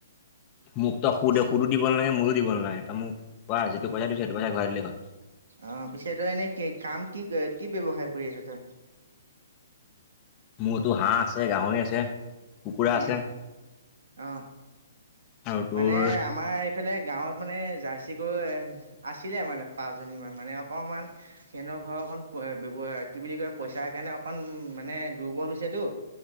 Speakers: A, on the left; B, on the right.
A: মোক তো সু
B: পিছে
A: দে, সুদো দিব নালাগ মূলো দিব নালাগে ত মোকোৱা যিটো পইচা দিওঁ সেইটো পইচ ঘূৰাই দিলে হ'ল।
B: অ, পিছে তই এনে কি কাম কি কি ব্যয়ৱসায় কৰি আছ তই।
A: মোৰতো হাঁহ আছে, গাহৰি আছে, কুকুৰা
B: উম
A: আছে।
B: অ,
A: আৰু তোৰ
B: মানে আমাৰ এইফালে গাঁৱত মানে জাৰ্চি গৰু আছিলে মানে পাঁচজনী মান মানে অকণমান। সিহঁতনৰ ঘৰৰ অকণৱ কি বুলি কয় পইচাৰ কাৰণে অকণ মানে দুৰ্বল হৈছেতো।